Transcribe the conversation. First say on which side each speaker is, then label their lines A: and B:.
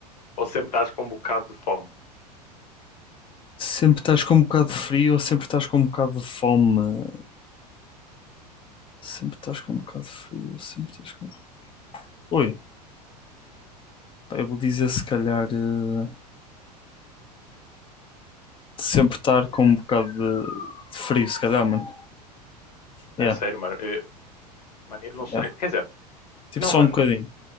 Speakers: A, on the left; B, on the left.
A: Ou sempre estás com um bocado de fome?
B: Sempre estás com um bocado de frio ou sempre estás com um bocado de fome? Sempre estás com um bocado de frio, sempre estás com. Oi, pá, eu vou dizer se calhar eh, sempre estar com um bocado de, de frio, se calhar, mano.
A: A
B: Yeah,
A: sério, mano. Eu, mano, eu não sei.
B: yeah.
A: Quer dizer,
B: Tipo
A: não,
B: só
A: mano.
B: um bocadinho.